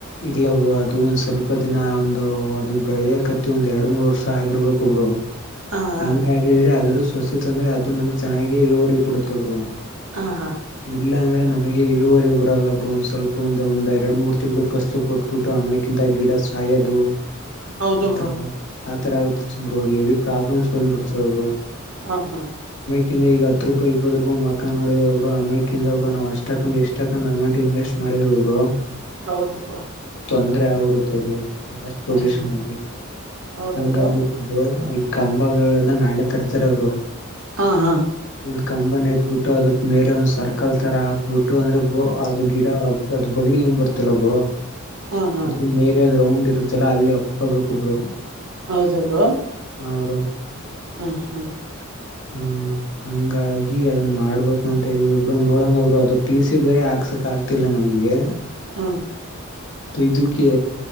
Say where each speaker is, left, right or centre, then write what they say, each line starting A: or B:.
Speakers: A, on the left (about 60°); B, on the right (about 85°).
A: ಇಲಬ್ರು ಅದು ಒಂದ್ ಸ್ವಲ್ಪ ದಿನ ಒಂದು ಅದು ಬೆಳಿಯಕತಿ ಒಂದ್ ಎರಡ್ ಮೂರ್ ವರ್ಷ ಆಗಿರ್ಬೇಕ ಒಬ್ರು
B: ಹಾ ಹಾ
A: ಹಂಗಾಗಿದ್ರೆ ಅದ್ರ ಸವಸ್ತಿ ತ ಅಂದ್ರೆ ಅದು ನಮ್ಗ್ ಚೆನ್ನಾಗಿ ಇರುವವರಿಗೆ ಕೊಡುತ್ತವರು
B: ಹಾ ಹಾ
A: ಇಲ್ಲ ಅಂದ್ರೆ ನಮಗೆ ಇಳುವರಿ ಬರಲ್ಲರು ಒಂದ್ ಸ್ವಲ್ಪ ಒಂದು ಒಂದಂದು ಎರಡು ಮೂರು ತಿಂಗಳು ಫಸ್ತ್ ಕೊಟ್ಬಿಟ್ಟು ಆಮಗಿಂತ ಗಿಡ ಸಾಯೋದು
B: ಹೌದು
A: ಆತರ
B: ಬ್ರೋ
A: ಆಯತ ಆತರ ಆಗತಬ್ರ ಎವಿ ಪ್ರಾಬ್ಲಮ್ಸ್ ಬಂದ್ಬಿಡ್ತ ಒಬ್ರು
B: ಹ ಹಾ
A: ್ರ ಈಗ ಹತ್ತು ರೂಪಾಯಿ ಇಪ್ಪತ್ತು ರೂಪಾಯಿ ಮಕ ನೋಡಿದ್ರರು ಅಮಕ್ರು ಅಷ್ಟ ಎಷ್ಟ ಅಮೌಂಟ್ ಇನ್ವೆಸ್ಟ್ ಮಾಡಿ ಅಡೆರು
B: ಹೌದು ಪ್ರೋ
A: ತೊಂದ್ರೆ ಆಗ್ಬಿಡತವ್ರು ಲಾಸ್ಟ್ ಪೊಸಿಷನ್ಲ್ಲಿ
B: ಹಾ ಹೌದ
A: ಹಾಗಿ
B: ಬ್ರೋ
A: ಕ ೆ ನಾಳೆ ತರ್ತಾರೆ ಬ್ರೋ
B: ಹಾ ಹಾ
A: ಒಂದ್ ಕಂಬನ ಇಟ್ಬಿಟ್ಟು ಅದಕ್ ಮೇಲೆ ಒಂದ್ ಸರ್ಕಲ್ ತರ ಹಾಕ್ಬಿಟ್ಟು ಅಂದ್ರೆ ಅದು ಗಿಡ ಅದು ಬಳ್ಳಿ ಹೆಂಗ ಬರ್ತಿಲ್ಲಬೋ
B: ಹಾ ಹಾ
A: ಅದು ಮೇರೆ ಉಂಡ್ ಇರುತ್ತಲ್ಲ ಅಲ್ಲಿ ಒಪ್ಕೋಬೇಕುೊಬ್ರು
B: ಹೌದು ಬ್ರೋ
A: ಹಾ ಬ್ರೋ
B: ಹ ಹಾ
A: ಹ್ಮ ಹಂಗಾಗಿ ಅದನ್ ಮಾಡ್ಬೇಕು ಅಂತ ಹೇಳವಿ ಒಬ್ರು ನೋಡಂಗ ಒಬ್ರು ಅದಟ ಬೇರೆ ಹಾಕ್ಸಕ್ ಆಗ್ತಿಲ್ಲ ನಮಗೆ
B: ಹ
A: ಅದು ಇದಕ್ಕೆ